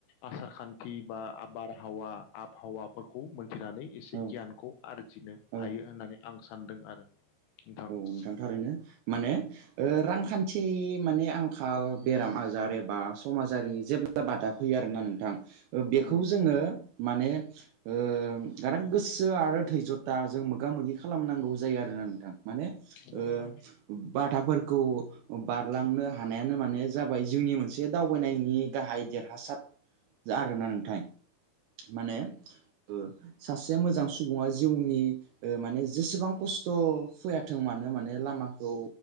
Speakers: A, on the left; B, on the right.
A: आसार खान्थि बा आबारहावा आबहावाफोरखौ मोनथिनानै एसे
B: औ
A: गियानखौ आरजिनो हायो
B: औ
A: होननानै आं सानदों आरो नोंथां
B: नों थां थारैनो माने रांखान्थि गासै माने आंखाल बेराम आजार एबा समाजारि जेब्ला बादा फैयो आरोना नोंथां बेखौ
A: नंगौ
B: जोङो माने ओ गारां गोसो आरो धैजथा जों मोगा मोगि खालामनांगौ जायो आरोना नोंथां माने ओ
A: नंगौ नोंथां
B: बाधाफोरखौ बारलांनो हानायानो माने जाबाय जिउनि मोनसे दावबायनायनि गाहाय देर हासार आरोना नोंथां माने
A: नंगौ
B: ओ सासे मोजां सुबुङा जिउनि माने जेसेबां खस्थ' फैयाथों मानो माने लामाखौ